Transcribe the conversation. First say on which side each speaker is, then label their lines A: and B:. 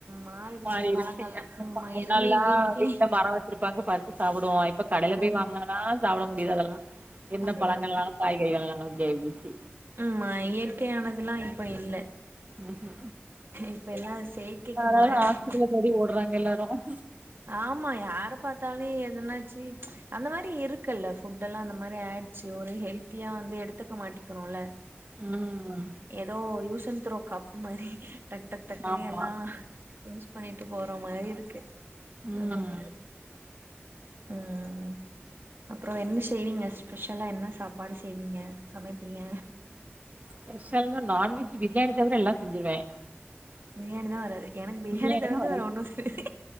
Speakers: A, on the right; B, on the right.
A: மாறிடுச்சு
B: மாறி
A: பழங்கள்லா
B: இருச்சு
A: ஆமா
B: முன்னல்லாம்
A: எதுவுமே இயற்கை
B: வீட்டுல மரம் வச்சிருப்பாங்க பறிச்சு சாப்பிடுவோம் ஹான் இப்ப கடையில போய்
A: ஆமா
B: வாங்குனதான் சாப்படா முடிதா அதெல்லாம் என்ன
A: ஆமா
B: பழங்கள்னாலு காய்கறிகள்னாலு ஏய் உசி
A: ஆம்மா இயற்கையானதுல்லாம் இப்டி இல்ல
B: ம்
A: இப்ப எல்லா செயற்கைக்கு
B: அதாது
A: மாறிட்டாங்க
B: ஹாஸ்பிட்டல தேடி ஓடுறாங்க எல்லரு ரும்
A: ஆமா யார பார்த்தாலே எதனாச்சு அந்த மாரி இருக்குல்ல ஃபுட் எல்லாம் அந்த மாரி ஆயிடுச்சு ஒரு ஹெல்த்தியா வந்து எடுத்துக்க மாட்டிகறோம்ல
B: ம்
A: ஏதோ யூசன் யூ ண்த்ரோ கப்பு மாறி டக் டக் டக்குனி
B: ஆமா
A: எல்லாம் யூஸ் பண்ணிட்டு போற மாரி இருக்கு
B: ம்
A: அந்த மாரி உம் அப்புறம் என்ன செய்வீங்க ஸ்பெஷலா என்ன சாப்பாடு செய்வீங்க சமைப்பீங்க
B: ஸ்பெஷல் நான் நான்வெஜ் பிரியாணி தவிர எல்லாம் செஞ்சிருவேன்
A: பிரியாணி தான் வராது எனக்கு
B: பிரியாணி
A: தவிர்த்து
B: தான் வரா
A: வேற ஒன்னு தெரியாது.